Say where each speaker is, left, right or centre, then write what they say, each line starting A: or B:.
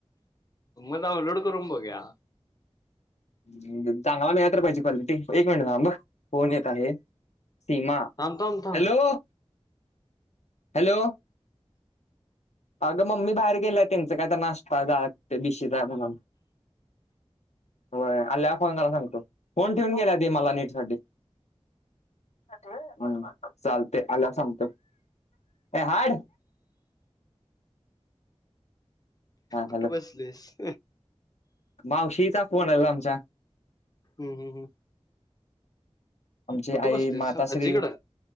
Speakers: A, on the left; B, on the left.
A: मग, डाऊनलोड करून बघूया.
B: चांगला, मिळायला तर पाहिजे क्वालिटी. एक मिनिट थांब हं. फोन येत आहे. सीमा,
A: थांब थांब थांब
B: हॅलो. हॅलो. आगं मम्मी बाहेर गेल्या. त्यांचं काय तर, नाश्ता जायाच ते बिशीचा आहे म्हणून. होय, आल्यावर फोन करायला सांगतो. फोन ठेवून गेल्या ती, मला नेट साठी. असं होय, बरं बरं बरं चालते, आल्यावर सांगतो. ए हाट. हा हॅलो
A: कुठं बसलेअस?
B: मावशीचा, फोन आलेला आमच्या.
A: हम्, हम्.
B: आमची
A: कुठे
B: आई,
A: बसलीस
B: मातोश्री.
A: आजीकडं